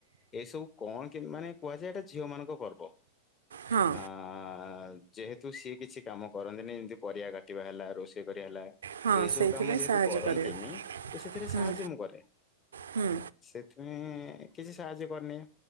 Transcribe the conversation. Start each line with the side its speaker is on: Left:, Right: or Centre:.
Left: ଏସବୁ କଣ କେ ମାନେ କୁହାଯାଏ ଏଟା ଝିଅ ମାନଙ୍କ ପର୍ବ।
Right: ହଁ
Left: ଆଁ ଯେହେତୁ ସିଏ କିଛି କାମ କରନ୍ତିନି ଯେମତି ପରିବା କାଟିବା ହେଲା ରୋ ରୋଷେଇ କରିବା ହେଲା
Right: ହଁ
Left: ଏଇସବୁ
Right: ସେଇଥିପାଇଁ
Left: କାମ ଯେହେତୁ
Right: ସାହାଯ୍ୟ
Left: କରନ୍ତିନି
Right: କରିବେ।
Left: ତ ସେଥିରେ
Right: ହୁଁ
Left: ସାହାଯ୍ୟ ମୁଁ କରେ।
Right: ହୁଁ
Left: ସେଥିପାଇଁ କିଛି ସାହାଯ୍ୟ କରିନିଏ